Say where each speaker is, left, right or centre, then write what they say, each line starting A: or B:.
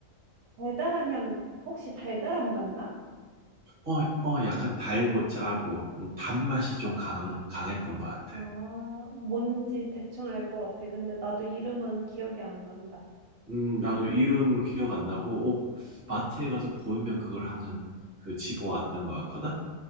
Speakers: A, on the right; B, on the right.
A: 달달한 향 혹시 달달한 맛나?
B: 어, 어, 약간 달고 짜고, 음, 단맛이 좀 강, 강했던 것 같아.
A: 아 뭔지 대충 알 것 같아. 근데 나도 이름은 기억이 안 난다.
B: 음, 나도 이름 기억 안 나고, 어, 마트에 가서 보이면 그걸 항상 그 집어왔던 것 같거든?